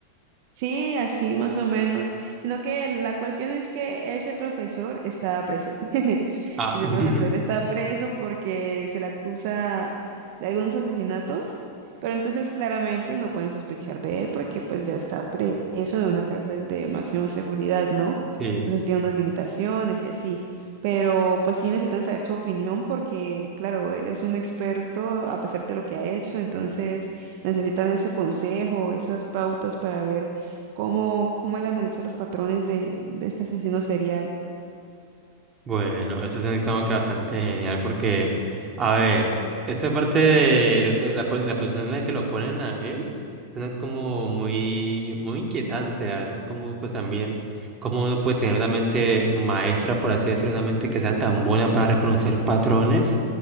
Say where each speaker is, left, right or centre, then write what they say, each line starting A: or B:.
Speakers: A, on the right; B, on the right.
A: Sí, así más o menos. Sino que la cuestión es que ese profesor está preso. <laughs>
B: Ah,
A: Ese
B: <laughs>
A: profesor está preso porque se le acusa de algunos asesinatos, pero entonces claramente no pueden sospechar de él porque pues ya está preso en una cárcel de máxima seguridad, ¿no?
B: sí.
A: Entonces tiene unas limitaciones y así. Pero pues sí necesitan saber su opinión porque, claro, él es un experto a pesar de lo que ha hecho, entonces necesitan ese consejo, esas pautas para ver cómo, cómo él analiza los patrones de, de este asesino serial.
B: Bueno, eso es como que bastante genial porque, a ver, esta parte de, de to- la, po- la posición en la que lo ponen a él suena como muy, muy inquietante, la verdad, como pues también, como uno puede tener una mente maestra, por así decirlo, una mente que sea tan buena para reconocer patrones